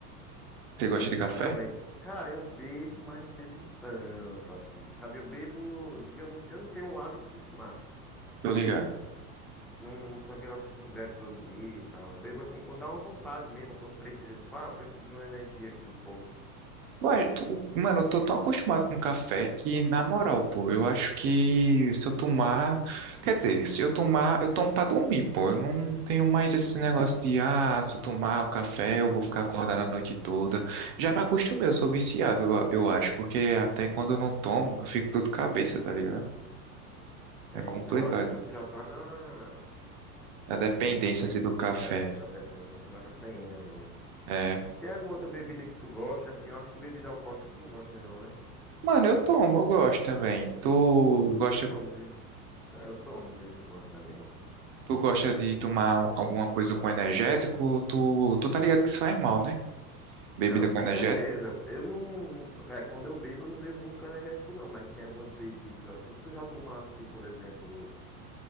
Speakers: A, on the right (about 60°); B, in the centre.
A: Você
B: Sim,
A: gosta de
B: sim,
A: café?
B: realmente. Cara, eu bebo, mas não bebo tanto assim, sabe? Eu bebo, digamos, eu não tenho o hábito de tomar.
A: Tô ligado.
B: Não sou aquela pessoa que bebe todo dia e tal. Eu bebo assim quando dá uma vontade mesmo, quando precisa. Tipo, ah, eu preciso de uma energia aqui um pouco.
A: Ué, tu- mano, eu tô tão acostumado com café que, na moral, pô, eu acho que se eu tomar. Quer dizer, se eu tomar, eu tomo pra dormir, pô. Eu não tenho mais esse negócio de, ah, se eu tomar o café, eu vou ficar acordado a noite toda. Já me acostumei, eu sou viciado, eu, eu acho, porque até quando eu não tomo, eu fico dor de cabeça, tá ligado?
B: É,
A: É complicado.
B: então acho que você já tá na.
A: A dependência,
B: Na cafeína.
A: assim, do café.
B: É, na dependência da cafeína mesmo.
A: É.
B: Tem alguma outra bebida que tu gosta, assim? Eu acho que bebida alcoólica tu não gosta, não, né?
A: Mano, eu tomo, eu gosto também. Tu
B: Tu go-
A: gosta
B: Eu tomo de vez. É, eu tomo de vez em quando também.
A: Tu gosta de tomar alguma coisa com energético? Tu, tu tá ligado que isso faz mal, né? Bebida
B: Não, com
A: com energético?
B: certeza. Eu não. É, quando eu bebo, eu não bebo muito com energético, não. Mas tem algumas bebidas assim. Tu já tomasse, por exemplo,